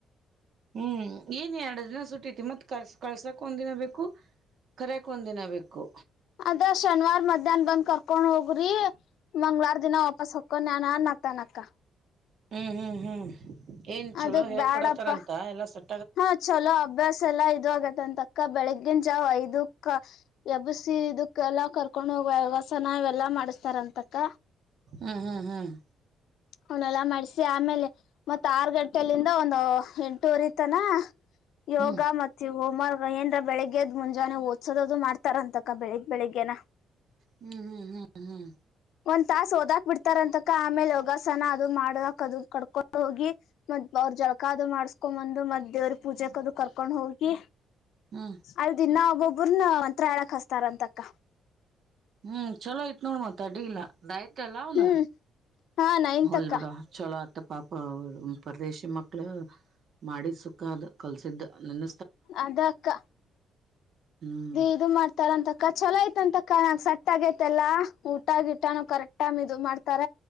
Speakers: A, on the right (about 60°); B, on the left (about 75°).
A: ಹ್ಮ್ ಏನ್ ಎರಡು ದಿನ ಸುಟ್ಟೈತಿ ಮತ್ ಕಸ ಕಳ್ಸಾಕ್ ಒಂದ್ನ ಬೇಕು ಕರ್ಯಕ್ ಒಂದ್ ದಿನ ಬೇಕು
B: ಅದ್ರ ಶನಿವಾರ್ ಮಧ್ಯಾಹ್ನ ಬಂದ್ ಕರ್ಕೊಂಡ್ ಹೋಗ್ರಿ ಮಂಗ್ವಾರ ದಿನ ವಾಪಸ್ ಹಕೊಂಡಾನ ನತನಕ್ಕ
A: ಹ್ಮ್ ಹ್ಮ್ ಹ್ಮ್ ಏನ್ ಚಲೋ
B: ಅದಕ್
A: ಹೇಳ್ಕೊಡತಾರ
B: ಬ್ಯಾಡಪ್ಪಾ
A: ಅಂತ ಎಲ್ಲಾ ಸ
B: ಹಾ ಚಲೋ ಅಭ್ಯಾಸ ಎಲ್ಲಾ ಇದು ಆತ್ ಅಂತಕ ಬೆಳಗ್ಗಿನ್ ಜಾವ್ ಐದಕ್ ಎಬ್ಬಸಿ ಇದಕ್ಕೆ ಎಲ್ಲ ಕರ್ಕೊಂಡು ಹೋಗ ಯವಾಸನ ಇಲ್ಲಾ ಮಾಡಸ್ತಾರಂತಕ
A: ಹ್ಮ ಹ್ಮ್ ಹ್ಮ್
B: ಅವನಲ್ಲ ಮಾಡಸಿ ಆಮೇಲೆ ಮತ್ತತ್ ಆರು ಗಂಟೆ ಇಂದ ಒಂದು ಎಂಟೂುವರಿತನ ಯೋಗ
A: ಹ್ಮ್
B: ಮತ್ತು ಹೋಮ್ರ್ಕ್ ಏಂದ್ರ ಬೆಳಗ್ಗೆದ್ ಮುಂಜಾನೆ ಹೋದ್ಸೋದು ಮಾಡ್ತಾರ ಅಂತಕ ಬೆಳಿಗ್ ಬೆಳಿಗ್ಗೆನ
A: ಹ್ಮ್ ಹ್ಮ್ ಹ್ಮ್ ಹ್ಮ್
B: ಒಂದ್ ತಾಸ ಓದಾಕ್ ಬಿಡ್ತಾರ ಅಂತಕ ಆಮೇಲೆ ಹೋಗ ಸನ ಅದು ಮಾಡಕ್ ಅದು ಕರ್ಕೊಂಡ್ ಹೋಗಿ ಮ ಅವ್ರ ಜಳಕ ಅದು ಮಾಡ್ಸ್ಕೊಂಡ್ ಬಂದು ಮದ್ ದೇವ್ರ ಪೂಜೆಕ್ ಅದು ಕರ್ಕೊಂಡ್ ಹೋಗಿ
A: ಹ್ಮ್
B: ಅಲ್ಲಿ ದಿನ ಒಬ್ಬ್ರನಂತತ್ರಳಕ್ ಹಸ್ತಾರ ಅಂತಕ್ಕ
A: ಹ್ಮ್ ಚಲೋ ಆಯ್ತ್ ನೋಡ್ ಮತ್ ಅಡ್ಡಿ ಇಲ್ಲಾ ದಲ್ಲಾವನು
B: ಹ್ಮ್ ಹಾ ನೈನ್ತಕ್ಕ
A: ಹೊಲ್ ಬಿಟುವ ಚಲೋ <inaudible> ತ್ತ ಪಾಪ ಅವ ಪರದೇಶಿ ಮಕ್ಕಳ ಮಾಡಿದ ಸುಖ ಅದ ಕಲ್ಸಿದ್ದ ನನ್ನ
B: ಅದಕ್ಕ
A: ಹ್ಮ್
B: ಇದು ಮಾಡ್ತಾರ ಅಂತಕ್ಕ ಚಲೋ ಯತ ಅಂತಕ್ಕ ನಂ ಸ ತ್ತಗೇತೆಲ್ಲಾ ಊಟಗಿಟಾನ ಕರೆಕ್ಟ್ ಟೈಮ್ ಇದು ಮಾಡ್ತಾರ